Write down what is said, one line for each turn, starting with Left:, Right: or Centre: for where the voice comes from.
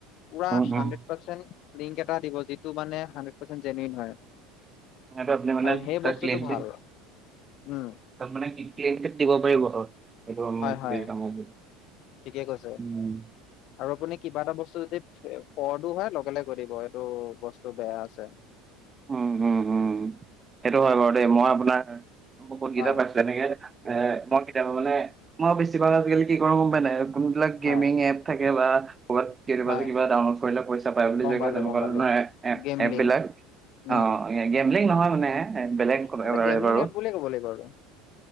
Left: পুৰা
Right: উম,
Left: হান্ডেড
Right: উম।
Left: পাৰ্চেট লিংক এটা দিব যিটো মানে হানড্ৰেড পাৰ্চেণ্ট জেনোয়িন হয়।
Right: সেইটো আপুনি মানে
Left: আৰু সেই
Right: তাৰ
Left: বস্তুটো
Right: ক্লেইম
Left: ভাল।
Right: চিট
Left: উম!
Right: তাত মানে কি কি <unintelligible> দিব পাৰিব। <unintelligible>
Left: হয় হয় ঠিকে কৈছে।
Right: উম।
Left: আৰু আপুনি কিবা এটা বস্তু যদি ফৰদো হয় লগে-লগে কৰি দিব এইটো বস্তু বেয়া আছে।
Right: উম উম উম, সেইটো হয় বাৰু দেই মই আপোনাৰ বহুতকেইটা
Left: হয়
Right: পাইছো। যেনেকে এ মই কেতিয়াবা মানে মই বেছি ভাগ আজিকালি কি কৰো গম পাই নাই। কোনবিলাক
Left: হয়
Right: গেমিং এপ থাকে বা ক'বাত কেতিয়াবা
Left: হয়
Right: যদি কিবা ডাউনলোড কৰিলে পইচা পায় বুলি
Left: গম
Right: যদি
Left: পালো
Right: কয়, তেনেকুৱা
Left: গম পালো
Right: ধৰণৰ এপ এপ
Left: গেমলিং
Right: এপবিলাক
Left: উম।
Right: অঁ, গেমলিং নহয় মানে বেলেগ কবা
Left: মানে গেমলিং
Right: এইবোৰ আৰু।
Left: এপ বুলিয়ে ক'ব লাগিব আৰু